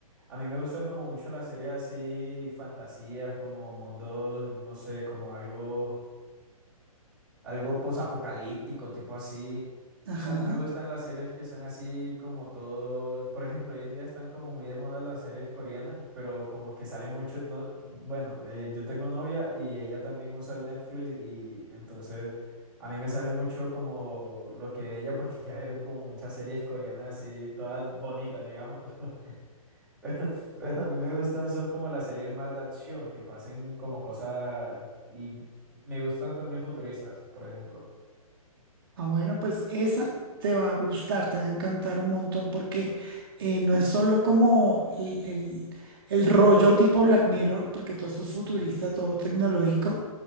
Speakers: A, in the centre; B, on the right (about 40°).
A: a mí me gustan como mucho las series así, fantasías, como mundos, no sé, como algo. Algo posapocalíptico, tipo así.
B: ajá.
A: O sea, no me gustan las series que son así como todo. Por ejemplo, hoy en día están como muy de moda las series coreanas, pero como que sale mucho. No, bueno, eh, yo tengo novia y ella también usa el Netflix y entonces a mí me sale mucho como lo que ve ella porque <laughs> ya veo como muchas series coreanas así, todas bonitas, digamos. <laughs> Pero, pero a mí me gustan son como las series más de acción, que pasen como cosas y me gustan también futuristas, por ejemplo.
B: Ah, bueno, pues esa te va a gustar, te va a encantar un montón porque eh, no es solo como el, el- el rollo tipo Black Mirror, porque todo esto es futurista,
A: Sí,
B: todo tecnológico,